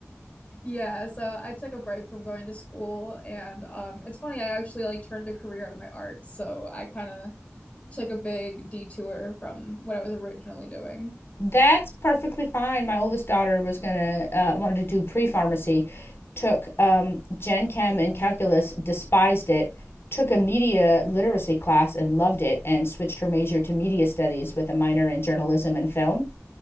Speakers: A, on the left; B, on the left.
A: Yeah, so I took a break from going to school, and um, it's funny, I actually like turned a career out of my art, so I kind of took a big detour from what I was originally doing.
B: that's perfectly fine. My oldest daughter was gonna uh, wanted to do pre pharmacy, took um, Gen Chem and calculus, despised it, took a media literacy class and loved it, and switched her major to media studies with a minor in journalism and film.